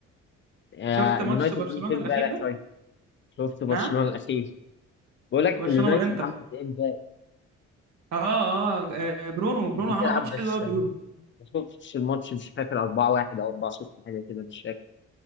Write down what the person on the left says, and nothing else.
آه،
اليونايتد
عملت ايه
امبارح
طيب؟ شفت برشلونة
الأخير بقول لك
اليونايتد
عملت ايه امبارح؟
كانت
بتلعب
بس
ما شفتش الماتش مش فاكر 4-1 أو 4-0 حاجة كده مش فاكر